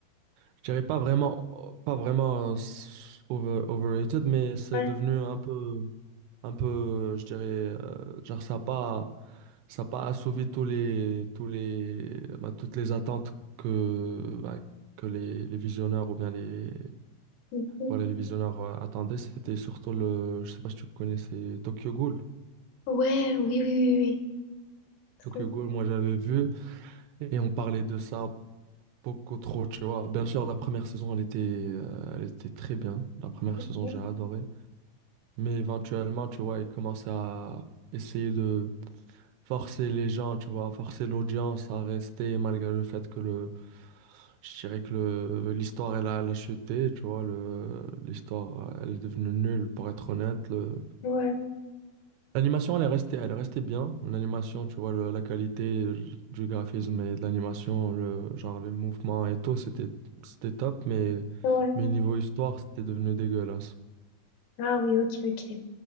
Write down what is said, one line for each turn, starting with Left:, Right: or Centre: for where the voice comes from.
Right: je dirais pas vraiment, oh, pas vraiment euh, s- over- overrated, mais c'est
Left: Ouais.
Right: devenu un peu, un peu, je dirais, euh, genre ça a pas, ça a pas assouvi tous les, tous les, bah, toutes les attentes que, bah, que les, les visionneurs ou bien les,
Left: Mhm.
Right: voilà, les visionneurs euh, attendaient. C'était surtout le, je sais pas si tu connais, c'est Tokyo Ghoul.
Left: Ouais, oui, oui, oui, oui. Trop
Right: Tokyo Ghoul, moi j'avais vu et on parlait de ça Beaucoup trop, tu vois. Bien sûr, la première saison, elle était, euh, elle était très bien. La première saison,
Left: cool.
Right: j'ai adoré. Mais éventuellement, tu vois, ils commencent à essayer de forcer les gens, tu vois, forcer l'audience à rester malgré le fait que le, je dirais que le, l'histoire, elle a, elle a chuté, tu vois, le, l'histoire, elle est devenue nulle, pour être honnête. Le,
Left: Ouais,
Right: L'animation, elle est restée, elle est restée bien. L'animation, tu vois, le- la qualité euh, du graphisme et de l'animation, le, genre les mouvements et tout, c'était, c'était top, mais,
Left: ouais.
Right: mais niveau histoire, c'était devenu dégueulasse.
Left: Ah oui, ok, ok.